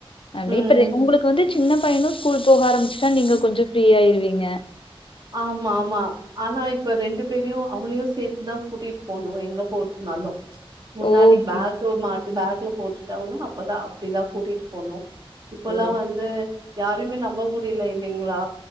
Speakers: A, on the left (about 65°); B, on the right (about 45°).
A: அப்டி
B: ம்
A: இப்ப உங்களுக் க்கு வந்து சின்ன பையனு ஸ்கூல் போக ஆரம்பிச்சுட்டா நீங்க கொஞ்சோ ஃப்ரீ ஆயிருவீங்க
B: ஆமா ஆமா ஆனா இப்ப ரெண்டு பேரையு அவளையு சேத்துதா கூட்டிட்டு போனு எங்க போறதுனாலு முன்னாடி
A: ஓகே
B: பேக்கு மாட்டு பேக்ல போட்டுட்டாலு அப்பதா அப்படிதா கூட்டிட்டு போணு இப்பல்லா
A: ஓ
B: வந்து யாரையுமே நம்ப முடியல இல்லைங்ளா